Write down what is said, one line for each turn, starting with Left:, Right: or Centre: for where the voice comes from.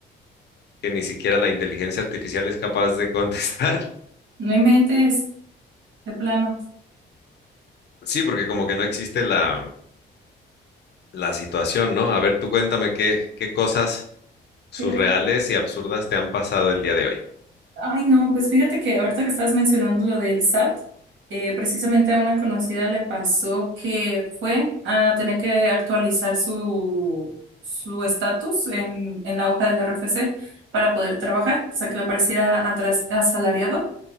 Left: que ni siquiera la inteligencia artificial es capaz de <laughs> contestar.
Right: No inventes, de plano.
Left: Sí, porque como que no existe la, la situación, ¿no? A ver, tú cuéntame qué, qué cosas surreales
Right: fíjate
Left: y absurdas te han pasado el día de hoy.
Right: Ay, no, pues fíjate que ahorita que estás mencionando lo del SAT, eh, precisamente a una conocida le pasó que fue a tener que actualizar su su estatus en, en la hoja del RFC para poder trabajar, o sea, que le pareciera atras- asalariado.